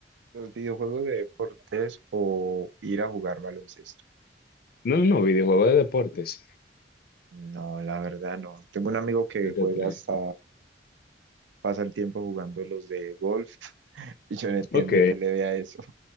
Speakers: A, on the right; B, on the left.
A: Los videojuegos de deportes o ir a jugar baloncesto.
B: No, no, videojuego de deportes.
A: No, la verdad no. Tengo un amigo que
B: De
A: juega
B: T3.
A: hasta, pasa el tiempo jugando los de golf <laughs> y yo no entiendo
B: Ok.
A: que le vea eso.